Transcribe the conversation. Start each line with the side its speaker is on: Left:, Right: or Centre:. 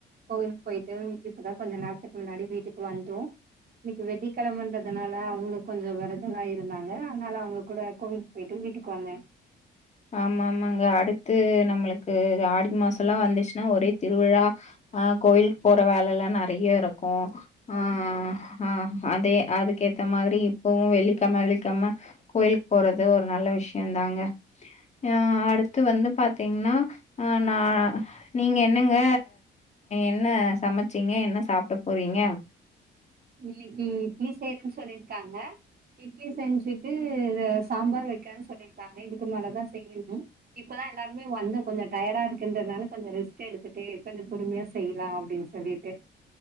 Right: கோவிலுக்கு போயிட்டு இப்பதா கொஞ்ச நேரத்துக்கு முன்னாடி வீட்டுக்கு வந்தோ இன்னைக்கு வெள்ளிக்கிழமைன்றதுனால அவங்களு கொஞ்சோ வெரதோலா இருந்தாங்க அதனால அவங்க கூட கோயில் போயிட்டு வீட்டுக்கு வந்தே
Left: ஆமா ஆமாங்க அடுத்து நம்மளுக்கு ஆடி மாசோ எல்லா வந்துச்சுன்னா ஒரே திருவிழா ஆ கோயிலுக்கு போற வேல எல்லா நெறைய இருக்கு ஆ
Right: ஆமா
Left: ஆ அதே அதுக்கேத்த மாதிரி இப்பவு வெள்ளிக்கெழம வெள்ளிக்கெழம கோயில்க்கு போறது ஒரு நல்ல விஷ்யோ தாங்க அ அடுத்து வந்து பாத்திங்ன்னா அ நா நீங்க என்னங்க என்ன சமச்சீங்க என்ன சாப்ட போறீங்க
Right: இன்னைக்கு இட்லி செய்யறன்னு சொல்லிருக்காங்க இட்லி செஞ்சிட்டு சாம்பார் வைக்றேன்னு சொல்லிருக்காங்க இதுக்கு மேல தா செய்யணு இப்பதா எல்லாருமே வந்தோ கொஞ்சோ டயர்டா இருக்குன்றதுனால கொஞ்சோ ரெஸ்ட் எடுத்துட்டு கொஞ்சோ பொறுமையா செய்யலா அப்டின்னு சொல்லிட்டே